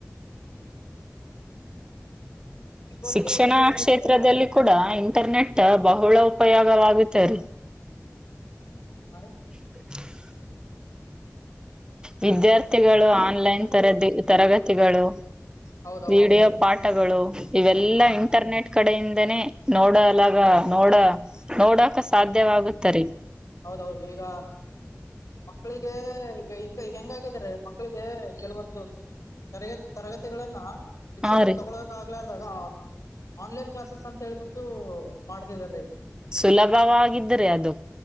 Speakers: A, on the left; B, on the right.
A: ನಿಮ್ಗ್ ಗೊತ್ತಿರೋ
B: ಶಿಕ್ಷಣ
A: ವಿಷಯ ಏನಾದ್ರು
B: ಕ್ಷೇತ್ರದಲ್ಲಿ
A: ಇದಾವ್ರಿ ಅದ್ರ
B: ಕೂಡ ಇಂಟರ್ನೆಟ್ ಬಹುಳ. ಉಪಯೋಗವಾಗುತ್ತ ರಿ.
A: ಹ್ಹ್ ರಿ.
B: <inaudible> ವಿದ್ಯಾರ್ಥಿಗಳು ಆನ್ಲೈನ್ ತರ ತರಗತಿಗಳು.
A: ಹೌದೌದ್ರಿ
B: ವಿಡಿಯೋ ಪಾಠಗಳು. ಇವೆಲ್ಲಾ
A: ಹಾ ರೀ
B: ಇಂಟರ್ನೆಟ್ ಕಡೆಯಿಂದ. ಇಂದಾನೆ ನೋಡಲಗ ನೋಡ ನೋಡಕ ಸಾಧ್ಯವಾಗುತ್ತರಿ.
A: ಹೌದು ದ್ರಿ ಈಗ. ಮಕ್ಕಳಿಗೆ ಈಗ ಹಂಗ ಈಗ ಹೆಂಗಾಗಿದ್ದಾರೆ ಮಕ್ಕಳಿಗೆ ಕೆಲವೊಂದು ತರಗ ತರಗತಿಗಳನ್ನ. ಶಿಕ್ಷಕರು
B: ಹಾ ರೀ
A: ತಗೋಳಕ್ಕೆ ಆಗಲಾರದ. ಆನ್ಲೈನ್ ಕ್ಲಾಸಸ್ ಅಂತ ಹೇಳ್ಬಿಟ್ಟು ಮಾಡ್ತಿದಾರೀ ಈಗ.
B: ಸುಲಭವಾಗಿದ್ರೆ ಅದು.